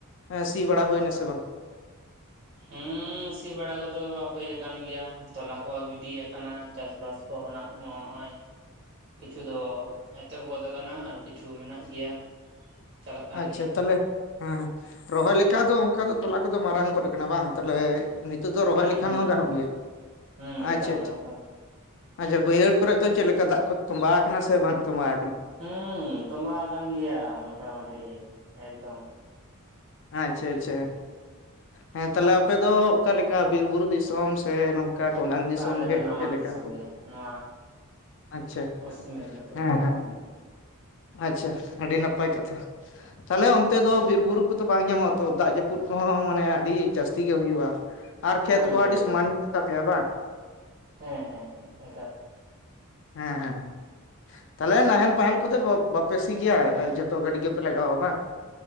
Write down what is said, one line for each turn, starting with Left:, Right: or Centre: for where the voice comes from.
Left: ᱮᱸ ᱥᱤ ᱵᱟᱲᱟ ᱦᱩᱭᱱᱟ ᱥᱮ ᱵᱟᱝ?
Right: ᱦᱩᱸ ᱥᱤ ᱵᱟᱲᱟ ᱠᱚᱫᱚ ᱦᱳᱭ ᱟᱠᱟᱱ ᱜᱮᱭᱟ, ᱛᱚᱞᱟ ᱠᱚᱦᱚᱸ ᱜᱤᱰᱤᱭᱟᱠᱟᱱᱟ ᱪᱟᱥᱵᱟᱥ ᱠᱚᱦᱚ ᱱᱟᱜ ᱢᱚᱜᱼᱚᱭ ᱠᱤᱪᱷᱩ ᱫᱚ ᱮᱛᱚᱦᱚᱵ ᱜᱚᱫ ᱟᱠᱟᱱᱟ ᱟᱨ ᱠᱤᱪᱷᱩ ᱢᱮᱱᱟᱜ ᱜᱮᱭᱟ᱾ ᱪᱟᱞᱟᱜ ᱠᱟᱱ
Left: ᱟᱪᱪᱷᱟ
Right: ᱜᱮᱭᱟ
Left: ᱛᱟᱦᱚᱞᱮ ᱦᱮᱸ ᱦᱮᱸ ᱨᱚᱦᱚᱭ ᱞᱮᱠᱟ ᱫᱚ ᱚᱱᱠᱟ ᱫᱚ ᱛᱚᱞᱟ ᱠᱚᱫᱚ ᱢᱟᱨᱟᱝ ᱜᱚᱫ ᱟᱠᱟᱱᱟ ᱵᱟᱝ ᱛᱟᱦᱚᱞᱮ? ᱱᱤᱛᱳ ᱫᱚ ᱨᱚᱦᱚᱭ
Right: ᱦᱩᱸ
Left: ᱞᱮᱠᱷᱟᱱ
Right: ᱦᱩᱸ
Left: ᱦᱚᱸ ᱜᱟᱱᱚᱜ
Right: ᱦᱩᱸ
Left: ᱜᱮᱭᱟ᱾
Right: ᱦᱩᱸ
Left: ᱟᱪᱪᱷᱟ,
Right: ᱮᱠᱟᱞ ᱜᱟᱱᱚᱜ
Left: ᱟᱪᱪᱷᱟ
Right: ᱠᱟᱱᱟ
Left: ᱟᱪᱪᱷᱟ ᱵᱟᱹᱭᱦᱟᱹᱲ ᱠᱚᱨᱮ ᱫᱚ ᱪᱮᱫ ᱞᱮᱠᱟ ᱫᱟᱜ ᱠᱚ ᱴᱚᱸᱵᱟᱣ ᱟᱠᱟᱱᱟ ᱥᱮ ᱵᱟᱝ ᱴᱚᱸᱵᱟᱣ ᱟᱠᱟᱱᱟ?
Right: ᱦᱩᱸ ᱛᱚᱸᱵᱟ ᱟᱠᱟᱱ ᱜᱮᱭᱟ ᱢᱚᱴᱟ ᱢᱩᱴᱤ ᱮᱠᱫᱚᱢ᱾
Left: ᱟᱪᱪᱷᱟ, ᱟᱪᱪᱷᱟ ᱦᱮᱸ ᱛᱟᱦᱚᱞᱮ ᱟᱯᱮ ᱫᱚ ᱚᱠᱟ ᱞᱮᱠᱟ ᱵᱤᱨ ᱵᱩᱨᱩ ᱫᱤᱥᱚᱢ ᱥᱮ ᱚᱱᱠᱟ ᱴᱚᱰᱟᱝ ᱫᱤᱥᱚᱢ
Right: ᱵᱟ ᱟᱞᱮ
Left: ᱜᱮ
Right: ᱫᱚ ᱱᱟᱢᱟᱞ
Left: ᱪᱮᱫ ᱞᱮᱠᱟ?
Right: ᱫᱤᱥᱚᱢ ᱜᱮ ᱱᱚᱣᱟ
Left: ᱟᱪᱪᱷᱟ,
Right: ᱯᱚᱥᱪᱤᱢ ᱢᱮᱫᱽᱱᱤᱯᱩᱨ
Left: ᱦᱮᱸ ᱦᱮᱸ᱾ ᱟᱪᱪᱷᱟ ᱟᱹᱰᱤ ᱱᱟᱯᱟᱭ ᱠᱟᱛᱷᱟ ᱛᱟᱦᱚᱞᱮ ᱚᱱᱛᱮ ᱫᱚ
Right: ᱦᱮᱸ
Left: ᱵᱤᱨ ᱵᱩᱨᱩ ᱠᱚᱫᱚ ᱵᱟᱝ ᱧᱟᱢᱚᱜᱼᱟ ᱛᱚ ᱫᱟᱜ ᱡᱟᱹᱯᱩᱫ ᱠᱚᱦᱚᱸ ᱢᱟᱱᱮ ᱟᱹᱰᱤ ᱡᱟᱹᱥᱛᱤ ᱜᱮ ᱦᱩᱭᱩᱜᱼᱟ, ᱟᱨ ᱠᱷᱮᱛ
Right: ᱦᱳᱭ
Left: ᱠᱚᱦᱚᱸ
Right: ᱦᱳᱭ
Left: ᱟᱹᱰᱤ ᱥᱚᱢᱟᱱ
Right: ᱦᱳᱭ
Left: ᱛᱟᱯᱮᱭᱟ ᱵᱟᱝ?
Right: ᱦᱮᱸ ᱦᱮᱸ ᱦᱮᱸ ᱮᱠᱟᱞ
Left: ᱦᱮᱸ ᱦᱮᱸ ᱦᱮᱸ ᱛᱟᱦᱚᱞᱮ ᱱᱟᱦᱮᱞ ᱯᱟᱦᱮᱞ ᱠᱚᱫᱚ ᱵᱟᱯᱮ ᱥᱤ ᱜᱮᱭᱟ ᱡᱷᱚᱛᱚ ᱜᱟᱹᱰᱤ ᱜᱮᱯᱮ ᱞᱟᱜᱟᱣᱟ ᱵᱟᱝ?